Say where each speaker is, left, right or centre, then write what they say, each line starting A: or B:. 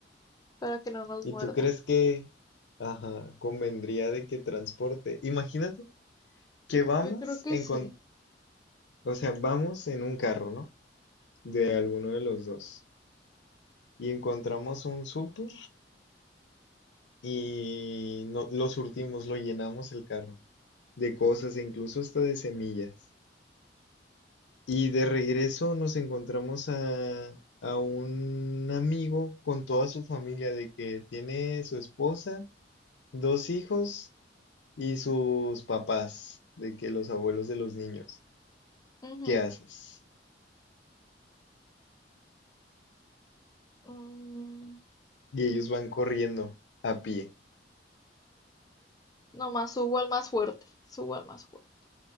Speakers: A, on the left; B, on the left.
A: para que no nos
B: ¿Y
A: muerdan.
B: tú crees que, ajá, convendría de que transporte? Imagínate que vamos
A: Yo creo que
B: en,
A: sí.
B: con- o sea, vamos en un carro, ¿no? De alguno de los dos. Y encontramos un súper y no, lo surtimos, lo llenamos el carro de cosas, e incluso hasta de semillas. Y de regreso nos encontramos a, a un amigo con toda su familia, de que tiene su esposa Dos hijos y sus papás, de que los abuelos de los niños.
A: Ujú.
B: ¿Qué haces?
A: Mm,
B: Y ellos van corriendo a pie.
A: nomás subo al más fuerte. Subo al más fuerte.